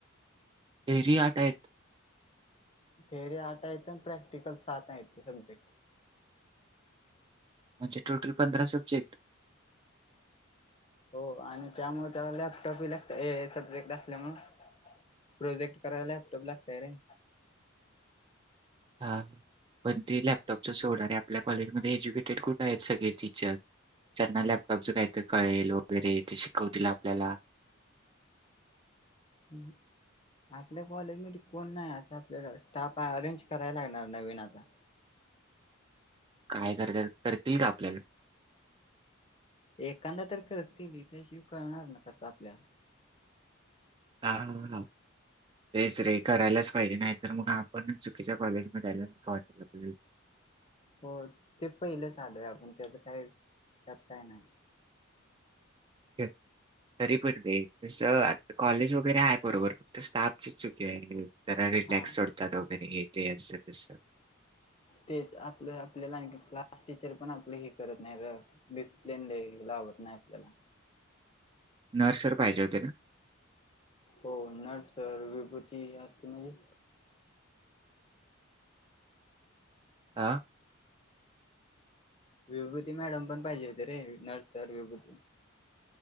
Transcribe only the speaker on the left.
थेरी आट येत आणि प्रॅक्टिकल साथ ययेते सब्जेक्ट.
हो आणि त्यामुळे त्याला लॅपटॉपही लागत सब्जेक्ट असल्यामुळे. प्रोजेक्ट करायला लॅपटॉप लागतय रे,
ह. आपल्या कॉलेजमध्ये कोण नाही असं आपल्याला स्टाफ अरेंज करायला लागणार नवीन आता,
एखादा तर करतील इथे शिव करणार ना कसं आपल्या,
हो ते पहिलंच आलोय आपण त्याचं काय त्यात काय नाही.
हा
तेच आपलं आपल्याला आणखी, आ टीचर पण आपले हे करत नाही र डिसिप्लिन लावत नाही आपल्याला,
हो नर्सर विभूती असते म्हणजे.
विभूती मॅडम पण पाहिजे होते रे नर्सर विभूती.